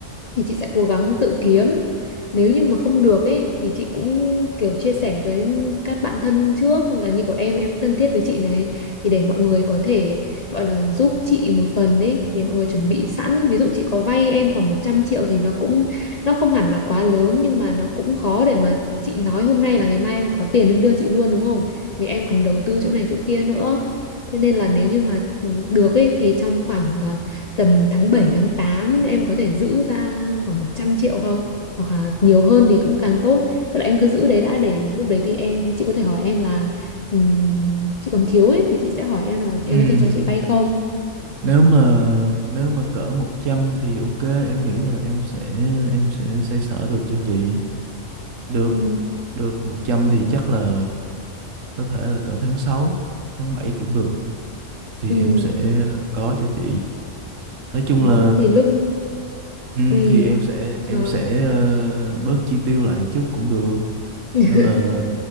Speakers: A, on the left; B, on the right.
A: thì chị sẽ cố gắng tự kiếm nếu như mà không được ấy thì chị cũng kiểu chia sẻ với các bạn thân trước là như kiểu em em thân thiết với chị này thì để mọi người có thể gọi là giúp chị một phần ấy để mọi người chuẩn bị sẵn ví dụ chị có vay em khoảng 100 triệu thì nó cũng nó không hẳn là quá lớn nhưng mà nó cũng khó để mà chị nói hôm nay là ngày mai em có tiền em đưa chị luôn đúng không vì em còn đầu tư chỗ này chỗ kia nữa thế nên là nếu như mà ừ, được ấy thì trong khoảng ờ, tầm tháng bảy tháng tám em có thể giữ ra khoảng 100 triệu không? Hoặc là nhiều hơn thì cũng càng tốt. Tức là em cứ giữ đấy đã để lúc đấy thì em chị có thể hỏi em là ừm, chị còn thiếu ấy thì chị sẽ hỏi em là em
B: Ừ,
A: có thể cho chị vay không?
B: nếu mà nếu mà cỡ 100 thì ok em nghĩ là em sẽ em sẽ xoay sở được cho chị được
A: Ừ.
B: được 100 thì chắc là có thể là cỡ tháng sáu tháng 7 cũng được thì
A: Ừ.
B: em sẽ có cho chị nói chung
A: Đó
B: là
A: thì lúc
B: ừ,
A: ừ.
B: thì em sẽ
A: Trời.
B: em sẽ ờ, bớt chi tiêu lại một chút cũng được
A: <laughs>
B: nên là